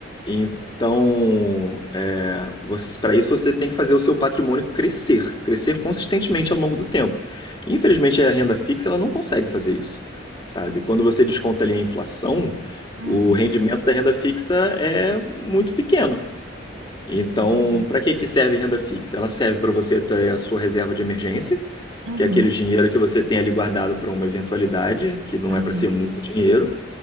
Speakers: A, on the left (about 25°); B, on the right (about 75°).
A: Então, é, para isso você tem que fazer o seu patrimônio crescer, crescer consistentemente ao longo do tempo. Infelizmente, a renda fixa ela não consegue fazer isso, sabe? Quando você desconta ali a inflação,
B: Uhum.
A: o rendimento da renda fixa é muito pequeno. Então,
B: Entendi.
A: para que que serve renda fixa? Ela serve para você ter a sua reserva de emergência,
B: Uhum.
A: que é aquele dinheiro que você tem ali guardado para uma eventualidade, que não
B: Uhum,
A: é para ser muito dinheiro.